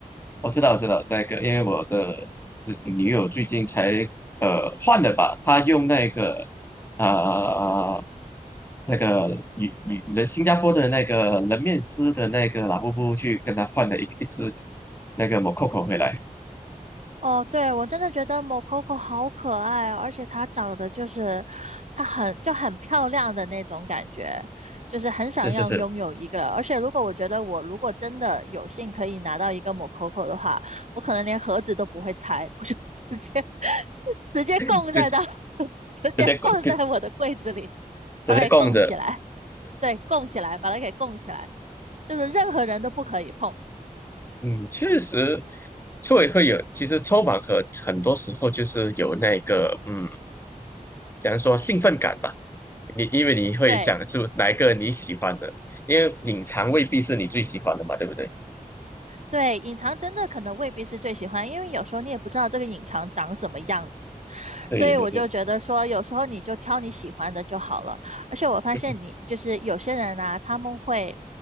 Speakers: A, on the left (about 15°); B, on the right (about 55°).
A: 我知道，我知道，那个，因为我的女友最近才呃换了吧，她用那个啊、那个女女人新加坡的那个人面狮的那个拉布布去跟她换了一一只那个 Mococo 回来，
B: 哦，对，我真的觉得某 o c o c o 好可爱哦，而且它长得就是，它很就很漂亮的那种感觉，就是很想要拥有一个。
A: 是是是，
B: 而且如果我觉得我如果真的有幸可以拿到一个某 o c o c o 的话，我可能连盒子都不会拆，我就直接 <laughs> 直接供在到，
A: 直
B: <laughs> 直接放在我的柜子里，
A: 直接供跟直接供着，
B: 把它给供起来。对，供起来，把它给供起来，就是任何人都不可以碰。
A: 嗯，确实，所以会有，其实抽盲盒很多时候就是有那个，嗯。假如说兴奋感吧？你因为你会想出哪一个你喜欢的，
B: 对，
A: 因为隐藏未必是你最喜欢的嘛，对不对？
B: 对，隐藏真的可能未必是最喜欢，因为有时候你也不知道这个隐藏长什么样子。
A: 对对对。
B: 所以我就觉得说，有时候你就挑你喜欢的就好了。而且我发现你就是有些人啊，
A: <laughs>
B: 他们会